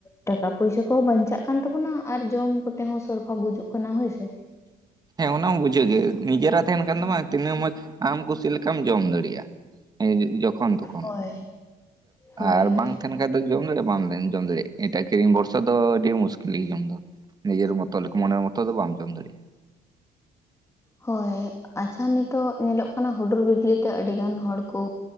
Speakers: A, on the left; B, on the right.
A: ᱴᱟᱠᱟ ᱯᱚᱭᱥᱟ ᱠᱚᱦᱚᱸ ᱵᱟᱧᱪᱟᱜ ᱠᱟᱱ ᱛᱟᱵᱚᱱᱟ ᱟᱨ ᱡᱚᱢ ᱠᱚᱛᱮ ᱦᱚᱸ ᱥᱚᱨᱯᱷᱟ ᱵᱩᱡᱩᱜ ᱠᱟᱱᱟ ᱦᱳᱭᱥᱮ
B: <inaudible> ᱦᱮᱸ ᱚᱱᱟ ᱢᱟ ᱵᱩᱡᱷᱟᱹᱜ ᱜᱮ ᱱᱤᱡᱮᱨᱟᱜ ᱛᱟᱦᱮᱱ ᱠᱷᱟᱱ ᱫᱚ ᱵᱟᱝ ᱛᱤᱱᱟᱹᱜ ᱢᱚᱡ ᱟᱢ ᱠᱩᱥᱤ ᱞᱮᱠᱟᱢ ᱡᱚᱢ ᱫᱟᱲᱤᱭᱟᱜ ᱡᱚᱠᱷᱚᱱ ᱛᱚᱠᱷᱚᱱ
A: ᱦᱳᱭ ᱦᱳᱭ
B: ᱟᱨ
A: ᱦᱳᱭ
B: ᱵᱟᱝ ᱛᱟᱦᱮᱱ ᱦᱮᱸᱛᱚ ᱡᱚᱢ ᱫᱟᱲᱤᱜ ᱵᱟᱢ ᱜᱮᱢ ᱡᱚᱢ ᱫᱟᱲᱤᱜ ᱮᱴᱟᱜ ᱠᱤᱨᱤᱧ ᱵᱷᱚᱨᱥᱟ ᱫᱚ ᱟᱰᱤ ᱢᱩᱥᱠᱤᱞ ᱜᱮ ᱡᱚᱢ ᱫᱚ ᱱᱤᱡᱮᱨ ᱢᱚᱛᱚ ᱞᱮᱠ ᱢᱚᱱᱮᱨ ᱢᱚᱛᱚ ᱫᱚ ᱵᱟᱢ ᱡᱚᱢ ᱫᱟᱲᱤᱜ-ᱟ
A: ᱦᱳᱭ ᱦᱳᱭ ᱟᱪᱪᱷᱟ ᱱᱤᱛᱚᱜ ᱧᱮᱞᱚᱜ ᱠᱟᱱᱟ ᱦᱩᱰᱩᱨ ᱵᱤᱡᱽᱞᱤ ᱛᱮ ᱟᱹᱰᱤ ᱜᱟᱱ ᱦᱚᱲ ᱠᱚ